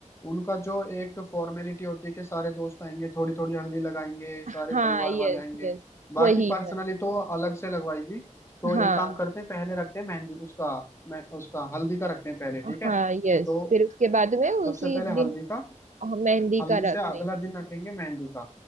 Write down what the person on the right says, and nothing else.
हाँ
यस
यस
वही
है
हाँ
हाँ
यस
फिर उसके बाद में उसी
दिन
मेहंदी
का रख
लेंगे